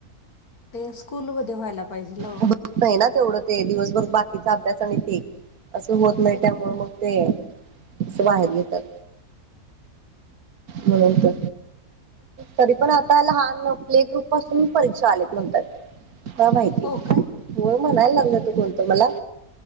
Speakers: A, on the left (about 75°); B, on the right (about 70°).
A: ते स्कूलमध्ये व्हायला पाहिजे.
B: होत नाही ना तेवढं ते दिवसभर बाकीचा अभ्यास स असं होत नाही त्यामुळे मग ते तं बाहेर घेतात म्ह. तरी पण आता लहान प्ले ग्रुप पासून परीक्षा आल्यात म्हणतात. का माहिती
A: हो काय
B: मु म्हणायला लागल तू कोोलतो मला